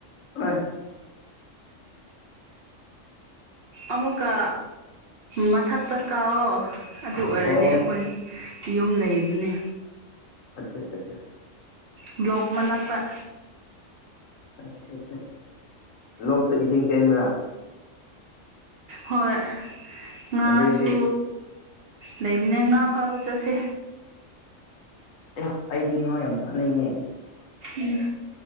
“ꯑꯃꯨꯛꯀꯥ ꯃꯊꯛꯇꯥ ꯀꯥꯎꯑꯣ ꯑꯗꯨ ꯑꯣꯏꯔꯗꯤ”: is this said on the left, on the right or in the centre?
Right